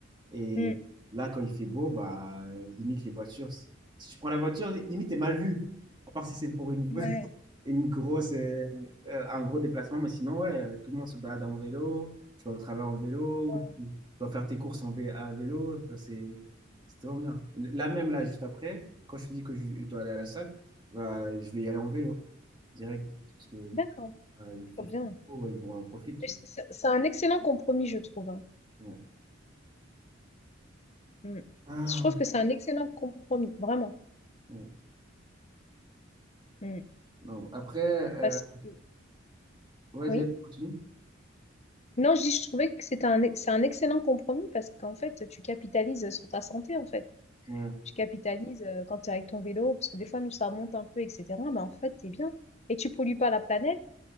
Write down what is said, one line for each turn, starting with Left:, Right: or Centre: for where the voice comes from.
Right: Et
Left: Hmm.
Right: là quand il fait beau bah euh, limite les voitures si tu prends la voiture limite t'es mal vu à part si c'est pour une
Left: Ouais.
Right: <laughs> une grosse, euh, euh, un gros déplacement, mais sinon, ouais, euh, tout le monde se balade en vélo, tu vas au travail en vélo,
Left: Ouais.
Right: tu tu vas faire tes courses en vé- à vélo, enfin, c'est c'est vraiment bien. Là même, là, juste après, quand je te dis que je, je dois aller à la salle, bah, je vais y aller en vélo, direct, parce que
Left: D'accord.
Right: euh, il fait-
Left: Trop bien.
Right: il faut, ouais, ils vont en profiter. tu
Left: Mais c- c- c'est un excellent compromis, je trouve. hein.
Right: vois. Ouais.
Left: Mm.
Right: Ah,
Left: Je trouve que c'est un excellent compromis, vraiment.
Right: non.
Left: Mm.
Right: non. Après, euh,
Left: Parce que,
Right: vas-y,
Left: oui.
Right: vas-y, continue.
Left: Non, je dis, je trouvais que c'était un, e- c'est un excellent compromis parce qu'en fait, tu capitalises sur ta santé, en fait.
Right: Ouais,
Left: Tu capitalises euh, quand tu es avec ton vélo, parce que des fois, nous, ça remonte un peu, etc. Mais en fait, tu es bien. Et tu pollues pas la planète.